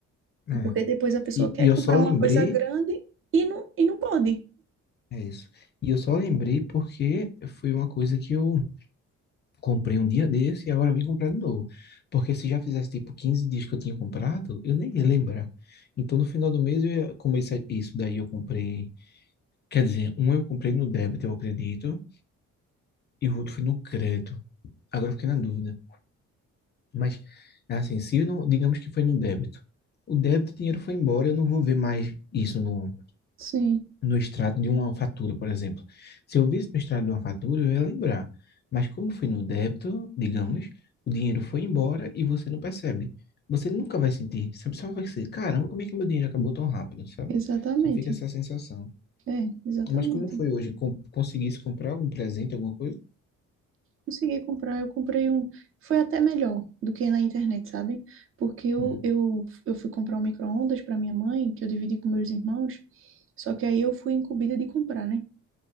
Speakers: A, on the left; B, on the right.
A: É.
B: porque depois a pessoa
A: E,
B: quer
A: e
B: comprar
A: eu só lembrei,
B: uma coisa grande e não, e não pode.
A: É isso. e eu só lembrei porque foi uma coisa que eu comprei um dia desse e agora vim comprar de novo. Porque se já fizesse tipo 15 dias que eu tinha comprado, eu nem ia lembrar. Então no final do mês eu ia, como esse- isso daí eu comprei, quer dizer, um eu comprei no débito, eu acredito, e o outro foi no crédito. Agora eu fiquei na dúvida. Mas, assim, se não, digamos que foi no débito. O débito, o dinheiro foi embora, eu não vou ver mais isso no,
B: Sim,
A: no extrato de uma fatura, por exemplo. Se eu visse no extrato de uma fatura, eu ia lembrar. Mas como foi no débito, digamos, o dinheiro foi embora e você não percebe. Você nunca vai sentir, sabe? Só vai ser, caramba, como é que meu dinheiro acabou tão rápido, sabe?
B: exatamente.
A: Só fica essa sensação.
B: É, exatamente.
A: Mas como foi hoje? Com, conseguisse comprar algum presente, alguma coisa?
B: Consegui comprar, eu comprei um. Foi até melhor do que na internet, sabe? Porque eu,
A: Hum,
B: eu, eu fui comprar um micro-ondas para minha mãe, que eu dividi com meus irmãos, só que aí eu fui incumbida de comprar, né?